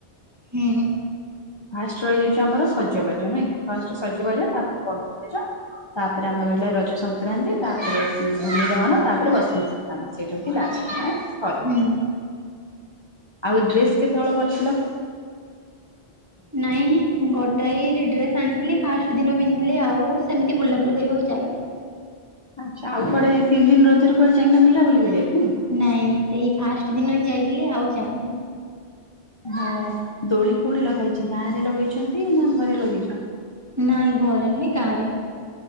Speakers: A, on the right; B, on the left.
A: ହୁଁ।
B: ଫାଷ୍ଟ ରହିଯାଉଛି, ଆମର ସଜବାଜ ନୁହେଁ କି? ଫାଷ୍ଟ ସଜବାଜ ତା'ପରେ ପହିଲି ରଜ ତା'ପରେ ଆମର ରହିଲା ରଜ ସଂକ୍ରାନ୍ତି। ତା'ପରେ ଭୂମିଦହନ, ତା'ପରେ ବସୁମତୀ ଆନ୍ ସେଇଟା କୁ ଲାଷ୍ଟ ନାଇଁ।
A: ହୁଁ
B: ଆଉ ଏ ଡ୍ରେସ୍ କେତେବେଳ କରିଥିଲ
A: ନାଇଁ ଗୋଟାଏ ଡ୍ରେସ ଆଣିଥିଲି ଫାଷ୍ଟ ଦିନ ପିନ୍ଧିଥିଲି ଆଉ ସେମିତି ବୁଲାବୁଲି କରିବାକୁ ଯାଇନି
B: ଆଚ୍ଛା ଆଉ କୁଆଡେ ତିନି ଦିନ ରଜ ର କୁଆଡେ ଯାଇନା ବୁଲା ବୁଲି କରିବା ପାଇଁ
A: ନାଇଁ ସେଇ ଫାଷ୍ଟ ଦିନ ହିଁ ଯାଇଥିଲି ଆଉ ଯାଇନାହିଁ
B: ହଁ ଦୋଳି କୋଉଠି ଲଗାହେଇଛି ଗାଁରେ ଲଗେଇଛନ୍ତି ନା ଘରେ ଲଗେଇଛ
A: ନାଇଁ ଘରେ ନୁହେଁ ଗାଁ ରେ